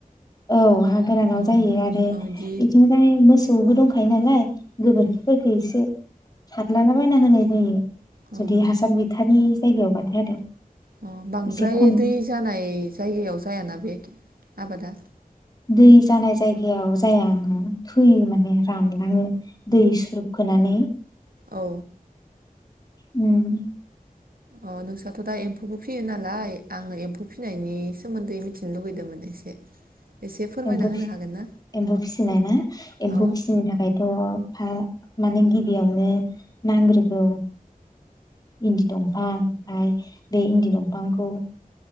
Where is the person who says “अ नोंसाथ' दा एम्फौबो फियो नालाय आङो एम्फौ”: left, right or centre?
Right